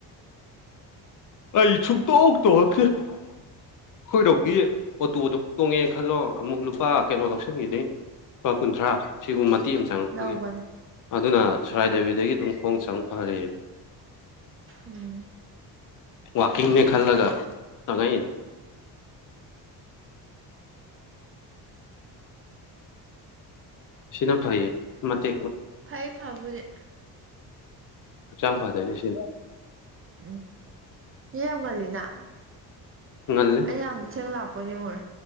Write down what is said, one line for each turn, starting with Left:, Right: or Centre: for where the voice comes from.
Left: ꯑꯩ ꯁꯨꯡ ꯇꯣꯡ ꯇꯣꯡꯉꯛꯇꯔꯤ ꯑꯩꯈꯣꯏꯔꯣꯝꯒꯤꯒꯤ ꯑꯣꯇꯣꯗꯣ ꯇꯣꯡꯉꯦ ꯈꯜꯂꯣ ꯑꯃꯨꯛ ꯂꯨꯄꯥ ꯀꯩꯅꯣ ꯂꯧꯁꯤꯟꯈꯤꯅꯤ ꯂꯨꯄꯥ ꯀꯨꯟꯊ꯭ꯔꯥ ꯁꯤꯕꯨ ꯃꯇꯦꯛ ꯑꯃ ꯆꯪꯉꯛꯄꯒꯤ
Right: ꯂꯧꯕꯅꯦ
Left: ꯑꯗꯨꯅ ꯁꯣꯔꯥꯏ ꯗꯦꯕꯤꯗꯒꯤ ꯑꯗꯨꯝ ꯈꯣꯡꯁꯥꯡ ꯐꯍꯔꯌꯦ
Right: ꯎꯝ
Left: ꯋꯥꯀꯤꯡꯅꯦ ꯈꯜꯂꯒ ꯆꯉꯥꯏꯅꯦ ꯁꯤꯅ ꯐꯩꯌꯦ ꯃꯇ
Right: ꯐꯥꯏ ꯐꯕꯕꯨꯗꯤ
Left: ꯍꯛꯆꯥꯡ ꯐꯗꯨꯏꯅꯤ
Right: <unintelligible> ꯌꯥꯝ ꯉꯟꯂꯤꯅꯥ
Left: ꯉꯜꯂꯤ
Right: ꯑꯩ ꯌꯥꯝ ꯊꯦꯡꯅ ꯂꯥꯛꯄꯅꯦ ꯍꯣꯏ